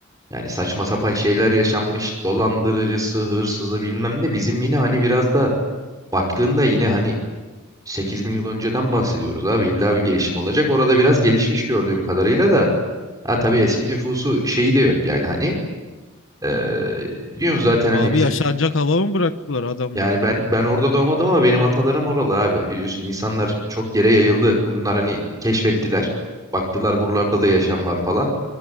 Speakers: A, on the right; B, on the left.
A: Yani saçma sapan şeyler yaşanmış. Dolandırıcısı, hırsızı bilmem ne. Bizim yine hani biraz da baktığında yine hani 8 bin yıl önceden bahsediyoruz abi. İlla bir gelişim olacak. Orada biraz gelişmiş gördüğüm kadarıyla da. Ha tabii eski nüfusu şeyi de yok yani hani. Eee biliyorsun zaten hani
B: Abi
A: bizim
B: yaşanacak hava mı bıraktılar adamlar?
A: Yani ben ben orada doğmadım ama benim atalarım oralı abi biliyorsun insanlar çok yere yayıldı. Bunlar hani keşfettiler. Baktılar buralarda da yaşam var falan.